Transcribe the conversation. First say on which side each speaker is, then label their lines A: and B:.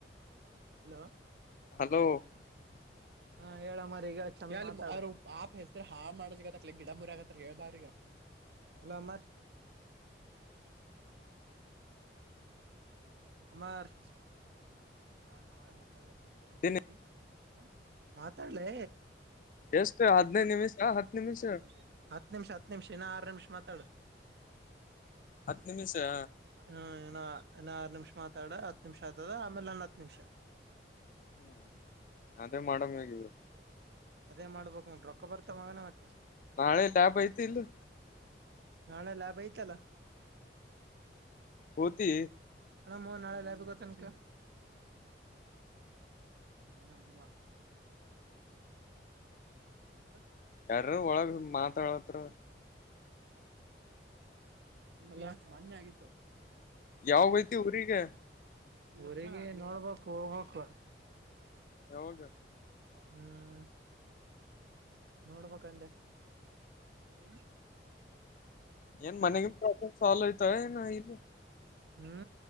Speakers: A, on the right; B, on the left.
A: ಹಲೋ
B: ಹಲೋ <inaudible>
A: ಹಾ ಹೇಳ ಮರಿ ಈಗ ಚಂದ ಮಾತಾಡ <unintelligible> ಹಾಳ ಮಾದಕತ್ತರ ಗಿಡ ಮುರೆ ಕತರ ಹೇಳ ಬಾ ಅವ್ರಿಗೆ. ಹಲೋ ಅಮರ್
B: <inaudible>
A: ಅಮರ್ ನಾನ್ ನಾಳೆ ಹೋಗಬಾರ್ದು ಅತ್ ಅನ್ಕೊಂಡಿನಿ.
B: ಇದ್ದೀನಿ
A: ಹ ಮಾತಾಡ್ಲ ಲೆ
B: ಎಷ್ಟು ಹದ್ನೈದು ನಿಮಿಷ ಹತ್ ನಿಮಿಷ
A: <unintelligible> ಹತ್ತು ನಿಮಿಷ ಹತ್ತು ನಿಮಿಷ ಇನ್ನ ಆರು ನಿಮಿಷ ಮಾತಾಡು.
B: ಹತ್ತ್ ನಿಮಿಷಾ.
A: ಹ ಇನ ಇನ್ ಆರು ನಿಮಿಷ್ ಮಾತಾಡ ಹತ್ತು ನಿಮಷ ಆತದ ಆಮೇಲೆ ಇನ್ನ ಹತ್ತು ನಿಮಿಷ.
B: ಹ್ಮ ಅದೇ ಮಾಡಂಗ ಆಗಿದ್ರೂ.
A: ಅದೇ ಮಾಡ್ಬೇಕು ಮತ ರೊಕ್ಕ ಬರ್ತ ಮಗನ ಮತ್ತ.
B: ನಾಳೆ ಲ್ಯಾಬ್ ಐತಿ ಇಲ್ಲ
A: ನಾಳೆ ಲ್ಯಾಬ್ ಐತಲ್ಲ
B: ಹೋತಿ
A: ಹಣ ಮೂ ನಾಳೆ ಲ್ಯಬಿಗೋತನತ. ಏನಂದಿಲ್ಲ ಹ
B: ಯಾರ್ರೂ ಒಳಗ ಮಾತಾಡತ್ರ.
A: ಇಲ್ಲಾ ಮನ್ನೆ ಆಗಿತ್ತು.
B: ಯಾವಾಗ ಐತಿ ಊರಿಗೆ
A: ಊರಿಗೆ ನೋಡ್ಬಕು ಹೋಗ್ಬಕು.
B: ಹೌದು
A: ಹ್ಮ್ ನೋಡ್ಬೇಕಂದೆ ಹ್ಮ್
B: ಏನ್ ಮನೆಗನ್ ಪ್ರಾಬ್ಲಮ್ ಸಾಲ್ವ್ ಐತಾ ಏನ ಇಲ್ಲ.
A: ಹ್ಮ್